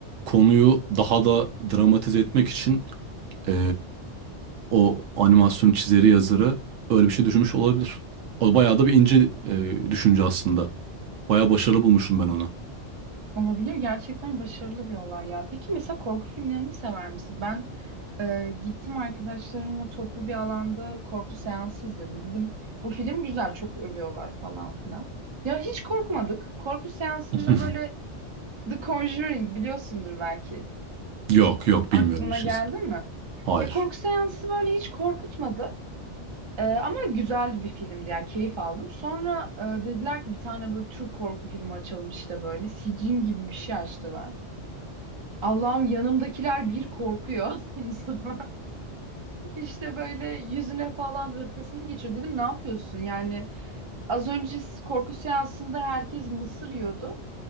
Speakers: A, on the right; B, on the right.
A: konuyu daha da dramatize etmek için e, o animasyon çizeri yazarı öyle bir şey düşünmüş olabilir. O bayağı da bir ince e, düşünce aslında. Bayağı başarılı bulmuşum ben ona.
B: Olabilir gerçekten başarılı bir olay ya. Peki mesela korku filmlerini sever misin? Ben e, gittim arkadaşlarımla toplu bir alanda korku seansı izledim. Dedim bu film güzel çok övüyorlar falan filan. Ya hiç korkmadık. Korku seansında
A: <laughs>
B: böyle The Conjuring biliyorsundur belki.
A: Yok yok bilmiyorum
B: Aklına
A: açıkçası.
B: geldi mi?
A: Hayır.
B: Ya korku seansı böyle hiç korkutmadı. Ee, ama güzel bir filmdi yani keyif aldım. Sonra e, dediler ki bir tane böyle Türk korku filmi açalım işte böyle. Sicin gibi bir şey açtılar. Allah'ım yanımdakiler bir korkuyor <laughs> Mustafa. İşte böyle yüzüne falan hırkasını geçiyor. Dedim ne yapıyorsun? Yani az önce korku seansında herkes mısır yiyordu.